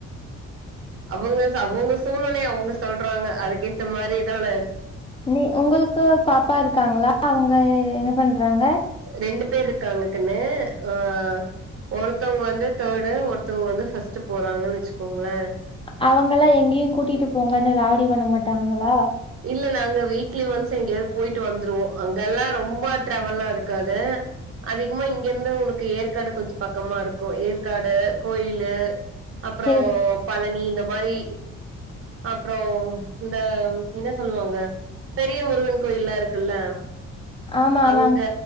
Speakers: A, on the right (about 50°); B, on the left (about 20°).
A: அவங்க ச அவுங்க சூழலே அவுங்க சொல்றாங்க அதுக்கேத்த மாரிதான
B: நீ உங்களுக்கு பாப்பா இருக்காங்களா அவங்க என்ன பண்றாங்க
A: ரெண்டு பேர் இருக்காங்க கண்ணு ஆ ஒருத்தவங்க வந்து தேர்டு ஒருத்தவங்க வந்து ஃபஸ்ட் போறாங்கன்னு வச்சுக்கோங்களே
B: அவங்கல்லா எங்கியு கூட்டிட்டு போங்கன்னு ராவுடி பண்ணமாட்டாங்களா
A: இல்ல நாங்க வீக்லி ஒன்ஸ் எங்கயாவது போயிட்டு வந்துருவோ அங்க எல்லா ரொம்ப டிராவல்லா இருக்காது அதிகமா இங்க இருந்து உனக்கு ஏற்காடு கொஞ்ச பக்கமா இருக்கு ஏற்காடு கோயிலு அப்புறோ
B: சேரி
A: பழனி இந்த மாரி அப்புறோ இந்த என்ன சொல்லுவாங்க பெரிய முருகன் கோயில்லா இருக்குல்ல
B: ஆமா
A: அங்க
B: ஆமாங்